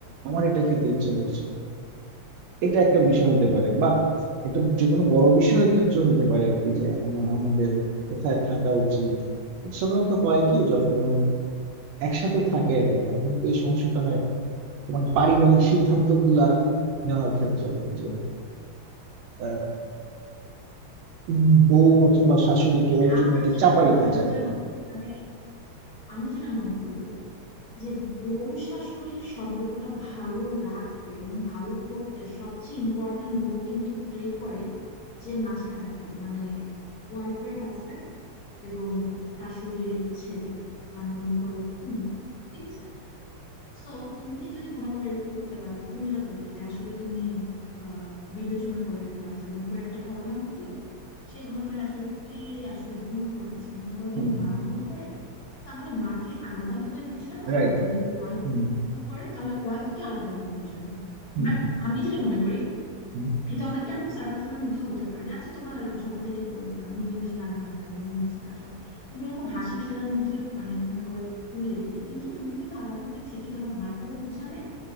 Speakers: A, on the right; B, on the left.
A: আমার এটা খেতে ইচ্ছা করছে এটা একটা বিষয় হতে পারে বা একটা যে কোনো বড় বিষয়ের ক্ষেত্রে হতে পারে আর কি যে আমা- আমাদের কোথায় থাকা উচিত এটা সাধারণত হয় কি যখন ওই একসাথে থাকে আর কি তখন তো এই সমস্যাটা হয় মানে পারিবারিক সিদ্ধান্ত গুলা নেওয়ার ক্ষেত্রে আর কি যে আহ, উম, বউ অথবা শাশুড়ি কেউ
B: যে
A: একজন
B: আমার
A: এটা
B: যেটা
A: চাপাইতে
B: মনে হয়
A: চায়
B: কি জানো মানে আমি যেটা মনে করি যে বউ শাশুড়ির সম্পর্কটা ভালো রাখতে এবং ভালো করতে সবচেয়ে ইম্পর্টেন্ট রোল কিন্তু প্লে করে যে মাঝখানে থাকে মানে ওয়াইফের হাজবেন্ড এবং শাশুড়ির ছেলে মানে মনে করো তুমি ঠিক আছে সো তুমি যদি মনে করো এরকম করতে পারো যে তুমি যেটা বললে যে আসলে তুমি আহ বিবেচনা করো এভাবে যে মনে করো একটা ঘটনা ঘটলো সেই ঘটনায় আসলে কে আসলে ভুল করেছে মনে করো
A: রাইট হুম
B: যদি মা ভুল করে তাহলে মাকে আলাদাভাবে বোঝানো
A: রাইট
B: আর যদি ওয়াইফ
A: হুম
B: ভুল করে তাহলে ওয়াইফকে আলাদাভাবে বোঝানো
A: হুম
B: বাট আমি যেটা মনে করি
A: হুম
B: এটা অনেকটা এরকম সার্কাসমের মধ্যে হতে পারে যে আচ্ছা তোমরা এরকম ঝগড়াঝাটি করো না মিলেমিশে রান্না বান্না করো মিলেমিশে কাজ করো তুমি এরকম হাসি খেলার মধ্যে মানে মনে করো উড়িয়ে দিলে কিন্তু তুমি কিন্তু আলাদাভাবে ঠিকই তোমার মাকেও বুঝালে